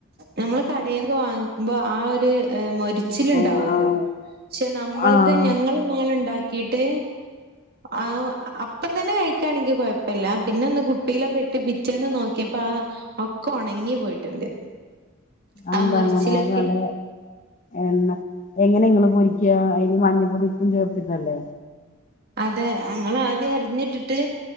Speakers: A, on the right; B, on the left.
A: നമ്മള് കടന്നൊക്കെ വാങ്ങിക്കുമ്പോ ആ ഒരു മൊരിച്ച ഇച്ചിലുണ്ടാവല്ലോ
B: ആഹ് ആഹ്
A: പക്ഷെ നമ്മളത്തെ
B: ആഹ്
A: ഞങ്ങൾ നാള ഉണ്ടാക്കിട്ട്. ആ അപ്പം തന്നെ കഴിക്കാണെങ്കക്ക് കുഴപ്പില്ല പിന്നെ ഒന്ന് കുപ്പിയിലൊക്കെ പിറ്റേന്ന് നോക്കിയപ്പോ ആ ഒക്കെ ഉണങ്ങി പോയിട്ടുണ്ട്.
B: എന്താ
A: ആ മൊരിച്ചിലൊക്കെ
B: അങ്ങനെ നല്ല എണ്ണ എങ്ങന പൊരിക്കുക അതിന് മഞ്ഞപ്പൊടിപ്പും ചേർത്തിട്ടല്ലേ?
A: അതെ അങ്ങള ഇദ്യ അറിഞ്ഞിട്ടിട്ട്